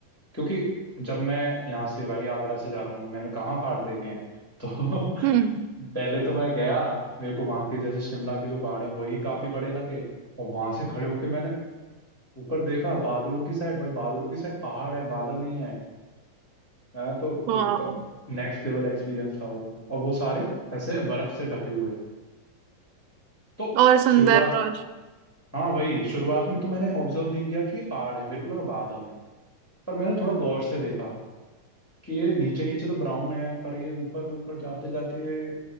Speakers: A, in the centre; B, on the right (about 90°).
A: क्योंकि जब मैं यहाँ से भाई आगरा से जा रहा हूँ मैंने कहाँ पहाड़ देखे हैं तो <laughs>
B: हम्म
A: पहले तो मैं गया मेरे को वहां के जैसे शिमला के जो पहाड़ है वही काफी बड़े लगे और वहां से खड़े होके मैंने ऊपर देखा बादलों की साइड भाई बादलों की साइड पहाड़ है बादल नहीं है मैं तो
B: वाह
A: एकदम नेक्स्ट लेवल एक्सपीरियंस था वो और वो सारे ऐसे बर्फ से ढके हुए तो
B: और
A: शुरुआत
B: सुंदर और
A: हाँ वही शुरुआत में तो मैंने ऑब्जर्व नहीं किया कि ये पहाड़ है मेरे को लगा बादल है पर मैंने थोड़ा गौर से देखा कि ये नीचे नीचे तो ब्राउन है पर ये ऊपर ऊपर जाते जाते ये